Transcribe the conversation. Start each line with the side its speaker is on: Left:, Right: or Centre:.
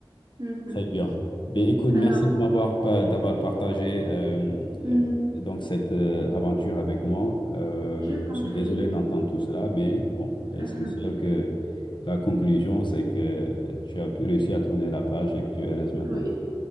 Right: Mhm.
Left: Très bien. Bien, écoute,
Right: Alors,
Left: merci de m'avoir pa- d'avoir partagé euh,
Right: mhm,
Left: euh, donc cette euh, aventure avec moi. Euh,
Right: je t'en
Left: je suis
Right: prie.
Left: désolé d'entendre tout cela, mais bon,
Right: <laughs>
Left: l'essentiel que la conclusion, c'est que tu as pu réussir à tourner la page et que tu es heureuse maintenant.
Right: Oui.